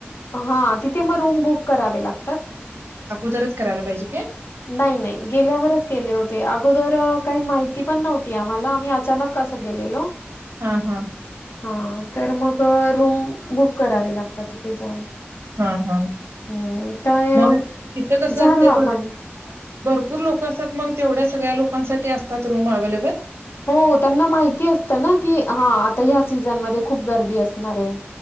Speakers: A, on the left; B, on the right.
A: हा, तिथे मग रूम बुक करावे लागतात.
B: अगोदरच करायला पाहिजे काय?
A: नाही नाही गेल्यावरच केले होते अगोदर काही माहिती पण नव्हती आम्हाला आम्ही अचानक कस गेलेलो
B: हां, हां.
A: हा तर मग रूम बुक करावे लागतात त ते जाऊन
B: हां, हां.
A: हम् तर
B: मग तिथं कसं
A: झालं
B: असते
A: आपण
B: भर भरपूर लोक असतात मग तेवढ्या सगळ्या लोकांसाठी असतात रूम अव्हेलेबल
A: हो त्यांना माहिती असतं ना की हा आता ह्या सीझनमध्येध्ये खूप गर्दी असणार आहे